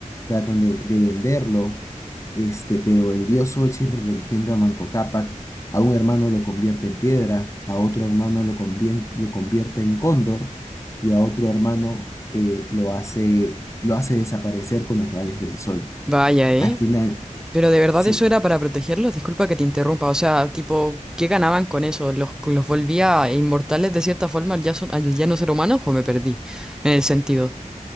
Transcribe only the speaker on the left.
tratan de, de venderlo, este, pero el dios Sol siempre protegiendo a Manco Cápac, a un hermano lo convierte en piedra, a otro hermano lo, convien- lo convierte en cóndor y a otro hermano eh, lo hace, lo hace desaparecer con los rayos del sol.
Al final,
sí